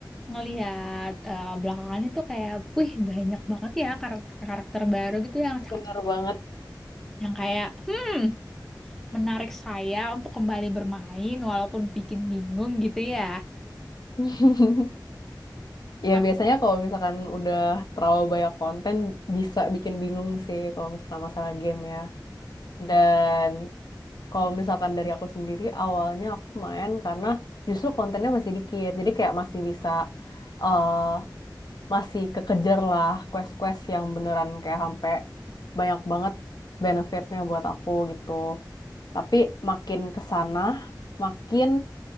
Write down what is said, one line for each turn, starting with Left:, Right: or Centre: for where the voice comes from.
Centre: ngelihat eh, belakangan itu kayak, wih banyak banget ya karakter-karakter baru gitu yang cakep,
Left: bener banget.
Centre: yang kayak hmm menarik saya untuk kembali bermain walaupun bikin bingung gitu ya.
Left: <laughs> Ya
Centre: Tapi
Left: biasanya kalau misalkan udah terlalu banyak konten bisa bikin bingung sih kalau misalkan masalah game ya. Dan kalau misalkan dari aku sendiri awalnya aku main karena justru kontennya masih dikit. Jadi kayak masih bisa eh masih kekejar lah quest-quest yang beneran kayak sampai banyak banget benefitnya buat aku gitu. Tapi makin ke sana makin